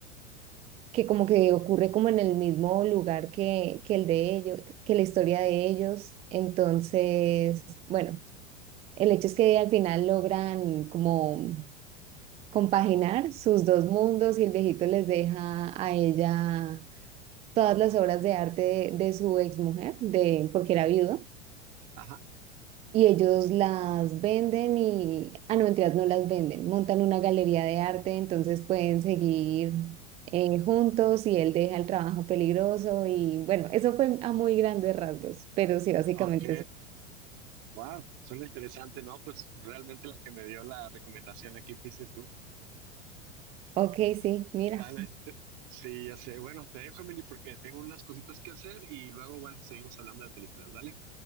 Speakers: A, on the right (about 20°); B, on the right (about 50°).
A: que como que ocurre como en el mismo lugar que, que el de ellos, que la historia de ellos. Entonces, bueno. El hecho es que al final logran como compaginar sus dos mundos y el viejito les deja a ella todas las obras de arte de, de su exmujer, de, porque era viudo,
B: Ajá,
A: y ellos las venden y, ah, no, mentiras, no las venden, montan una galería de arte, entonces pueden seguir eh, juntos y él deja el trabajo peligroso y bueno, eso fue a muy grandes rasgos, pero sí, básicamente
B: ok.
A: es,
B: Wow, suena interesante, ¿no? Pues realmente la que me dio la recomendación aquí fuiste tú.
A: ok, sí, mira,
B: Vale, te- sí, ya sé. Bueno, te dejo, Emily, porque tengo unas cositas que hacer y luego, bueno, seguimos hablando de películas, ¿vale?